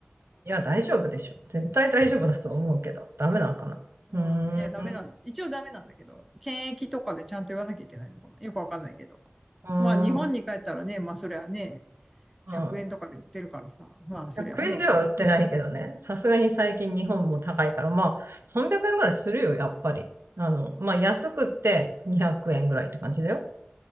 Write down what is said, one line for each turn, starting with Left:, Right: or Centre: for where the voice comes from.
Right: いや、大丈夫でしょ。絶対大丈夫だと思うけど。ダメなのかな。
Centre: <laughs>
Right: う
Centre: うん。いや、ダメなん、
Right: ーん。
Centre: 一応ダメなんだけど、検疫とかでちゃんと言わなきゃいけないのかな。よくわかんないけど。
Right: あー、
Centre: まあ、日本に帰ったらね、まあ、それはね、
Right: うん。
Centre: 100円とかで売ってるからさ、まあ、それはね、
Right: 100円では売ってないけどね。
Centre: 富士スー
Right: さすがに最近日本も高いから、まあ、300円ぐらいするよ、やっぱり。あの、まあ、安くって200円ぐらいって感じだよ。